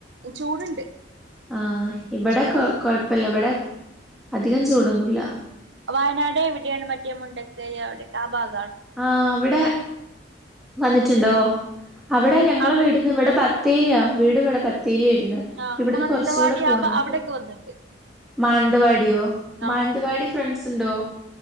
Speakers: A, on the right; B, in the centre.
A: ചൂടുണ്ട്
B: ആ ഇവിടെ
A: ചൂട്
B: കൊ കൊഴപ്പില്ല ഇവടെ അധികം ചൂടൊന്നു ഇല്ല
A: വയനാടേവിടെയാണ് മറ്റെ മുണ്ടക്കൈ അവിടെക്ക ആ ബാഗ
B: ആ അവിടെ വന്നിട്ട് ട്ടിണ്ടോ അവിടെ ഞങ്ങള
A: അവി
B: വീടിന്ന് ഇവിടെ ബക് തീരിയ വീടിവടെ പത് തീരി വരുന്ന
A: ആ
B: ഇവിടുന്ന്
A: മാനന്തവാടി
B: കൊറച്ച് കൂടെ പോവാനിണ്ട്
A: ആ അവിടെക്കെ വന്നിണ്ട്
B: മാന വാടിയോ
A: ആ
B: മാനന്തവാടി ഫ്രൺസ് സ്ണ്ടോ